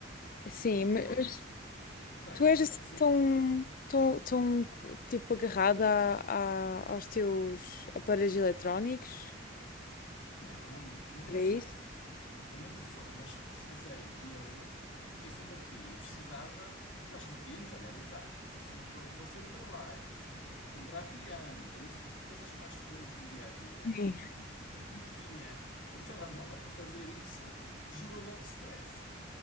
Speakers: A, on the left; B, on the left.
A: Sim,
B: E depois,
A: ma- mas
B: não é?
A: tu és
B: Não
A: assim
B: fazia.
A: tão, tão, tão tipo agarrada a- a- aos teus aparelhos eletrónicos?
B: Não, também não
A: Era
B: sou.
A: isso?
B: Não, também não sou, mas precisei dele, fiquei sem bateria e precisava para as rotinas, olha, avisar-lhe, "Ó, tô sa- tô- vou sair do trabalho, vou comprar fiambre e não sei que coisas que nós fazemos no dia a dia
A: Sim.
B: e como não, t- e como não tinha o telemóvel para fazer isso, gerou logo stress.